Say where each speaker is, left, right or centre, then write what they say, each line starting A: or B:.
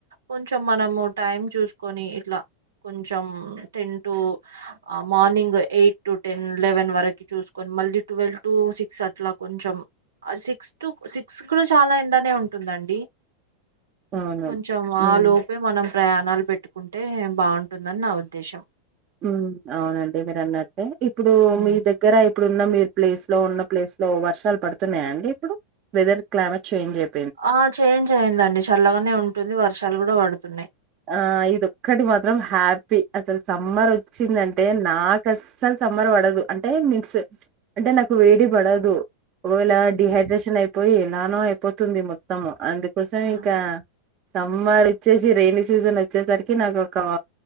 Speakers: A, on the right (about 70°); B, on the right (about 35°).
A: కొంచెం మనము టైం చూసుకొని ఇట్లా కొంచెం ten to morning eight to ten eleven వరకు చూసుకొని మళ్ళీ ట్వెల్వ్ టు సిక్స్ అట్లా కొంచెం ఆ సిక్ క్స్ టు సిక్స్ కూడా చాలా ఎండనే ఉంటుందండి
B: అవును.
A: కొంచెం
B: హ్మ్.
A: ఆలోపే మనం ప్రయాణాలు పెట్ కుంటే బాగుంటుందని నా ఉద్దేశం
B: ఉ అవునండి మీరన్నట్టే ఇప్పుడు
A: హ్మ్.
B: మీ దగ్గర అయి ఇప్పుడున్న మీ ప్లేస్ లో ఉన్న ప్లేస్ లో వర్షాలు పడుతున్నాయా అండి ఇప్పుడు వెదర్ క్లమేట్ చేంజ్ అయి
A: ఆ చేంజ్ అయిందండి చల్లగానే ఉంటుంది వర్షాలు కూడా పడుతున్నాయి
B: ఆ ఇదొక్కటి మాత్రం హ్యాపీ అసలు సమ్మర్ వచ్చిందంటే నాకు అస్సలు సమ్మర్ పడదు అంటే మీన్స్ అంటే నాకు వేడి పడదు ఒకవేళ
A: ఓకే
B: డిహైడ్రేషన్ అయిపోయి ఎలానో అయిపోతుంది మొత్తం అందుకోసం
A: ఆ!
B: ఇంకా సమ్మర్ వచ్చేసి రేణి సీజన్ వచ్చేసరికి నాకు ఒక